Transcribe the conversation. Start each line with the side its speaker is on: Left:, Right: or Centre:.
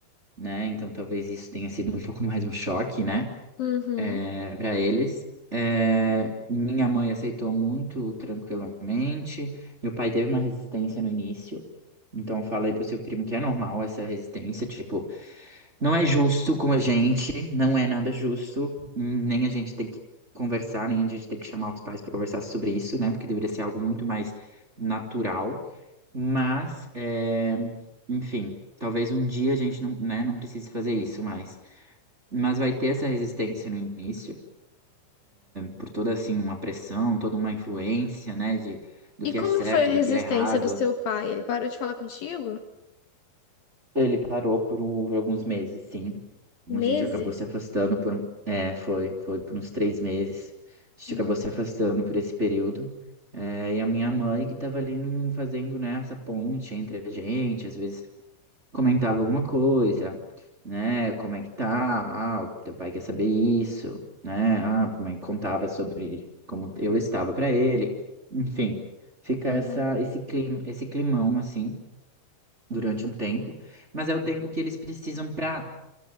Right: né? Então talvez isso tenha sido um pouco mais um choque, né?
Left: Uhum.
Right: é, para eles. É, minha mãe aceitou muito tranquilamente. Meu pai teve uma resistência no início. Então falei pro seu primo que é normal essa resistência, tipo, não é justo com a gente, não é nada justo, hum, nem a gente tem que conversar, nem a gente tem que chamar os pais para conversar sobre isso, né? Porque deveria ser algo muito mais natural. Mas, é, enfim, talvez um dia a gente não, né, não precise fazer isso mais. Mas vai ter essa resistência no início por toda assim uma pressão, toda uma influência, né, de do
Left: E
Right: que é
Left: como
Right: certo,
Left: foi a
Right: do
Left: resistência
Right: que é errado.
Left: do seu pai? Ele parou de falar contigo?
Right: Ele parou por, um- por alguns meses, sim.
Left: Meses?
Right: A gente acabou se afastando por, um- é, foi, foi por uns três meses. A gente
Left: Uhum.
Right: acabou se afastando por esse período. É, e a minha mãe que estava ali hum, fazendo, né, essa ponte entre a gente, às vezes comentava alguma coisa, né? Como é que tá? Ah, o teu pai quer saber isso, né? Ah, como é que contava sobre como eu estava para ele. Enfim, fica
Left: Uhum.
Right: essa, esse clima, esse climão assim durante um tempo, mas é o tempo que eles precisam para